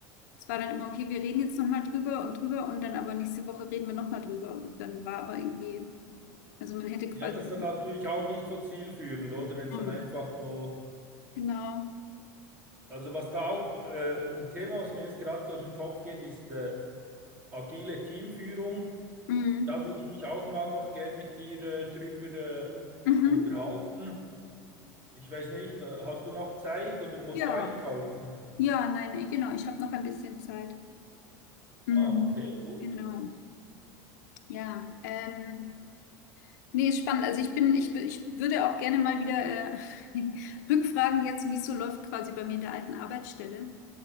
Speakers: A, on the left; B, on the right.
A: Es war dann immer, okay, wir reden jetzt nochmal drüber und drüber und dann aber nächste Woche reden wir nochmal drüber. Und dann war aber irgendwie, also man hätte
B: Ja,
A: quasi,
B: das ist dann natürlich auch nicht so zielführend, oder? Wenn es
A: hm,
B: dann einfach so.
A: genau,
B: Also, was da auch äh, ein Thema, was mir jetzt gerade durch den Kopf geht, ist äh, agile Teamführung.
A: hm,
B: Da würde ich mich auch mal noch gern mit dir äh, drüber äh,
A: mhm.
B: unterhalten. Ich weiß nicht, äh, hast du noch Zeit oder musst
A: Ja,
B: du einkaufen?
A: ja, nein, genau, ich habe noch ein bisschen Zeit. Hm,
B: Ah, okay, gut.
A: genau, ja, ähm, Nee, ist spannend. Also ich bin, ich, ich würde auch gerne mal wieder äh, <laughs> rückfragen jetzt, wie es so läuft quasi bei mir in der alten Arbeitsstelle.